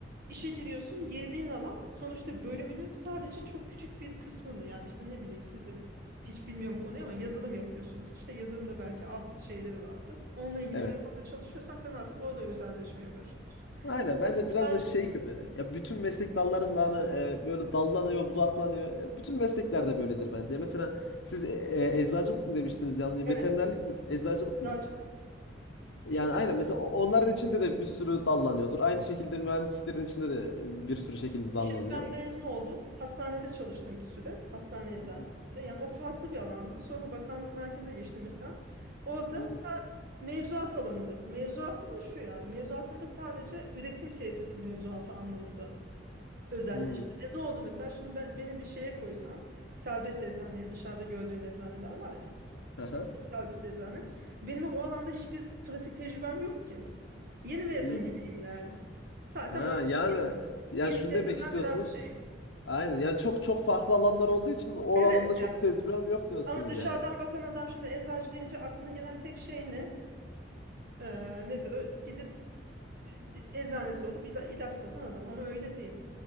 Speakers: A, on the right; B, on the left.
A: işe giriyorsun, girdiğin alan sonuçta bölümünün sadece çok küçük bir kısmını yani işte ne bileyim sizde hiç bilmiyorum konuyu ama yazılım yapıyorsunuz. İşte yazılımda belki alt şeyleri vardı. Onunla ilgili
B: Evet.
A: bir alanda çalışıyorsan sen artık orada özelleşmeye başlıyorsun.
B: Aynen bence biraz
A: Sadece-
B: da şey gibi ya bütün meslek dallarında hani e, böyle dallanıyor budaklanıyor. Ya bütün mesleklerde böyledir bence. Mesela siz e, e, eczacılık mı demiştiniz yanlış?
A: Evet.
B: Veterinerlik mi? Eczacılık
A: Sadece-
B: mı? Yani
A: Şimdi
B: aynen mesela o- onların içinde de bir sürü dallanıyordur. Aynı şekilde mühendisliklerin içinde de bir sürü şekilde dallanıyor.
A: Şimdi ben mezun oldum. Hastanede çalıştım bir süre. Hastane eczanesinde.
B: Hı hı.
A: Yani o farklı bir alandı. Sonra bakanlık merkeze geçtim mesela. Orada
B: Hmm.
A: sadece mevzuat alanında. Mevzuatın da şu yani. Mevzuatın da sadece üretim tesisi mevzuatı anlamında özelleştim.
B: Hmm.
A: E ne oldu mesela? Şimdi ben, beni bir şeye koysan serbest eczaneye dışarıda gördüğün eczaneler var ya.
B: Aha.
A: Serbest eczane. Benim o alanda hiçbir pratik tecrübem yok ki. Yeni mezun
B: Hmm.
A: gibiyim yani. Sa-
B: Ha,
A: Tamam.
B: yani yani
A: Yeni
B: şunu
A: mezundan
B: demek istiyorsunuz.
A: biraz şeyim.
B: Aynen. Yani çok çok farklı alanlar olduğu için o
A: Evet
B: alanda çok tecrübem yok diyorsunuz
A: Ama dışarıdan
B: yani.
A: bakan adam şimdi eczacı deyince aklına gelen tek şey ne? Ee, nedir o? Gidip d- d- eczanesi olup ila- ilaç satan adam ama öyle değil.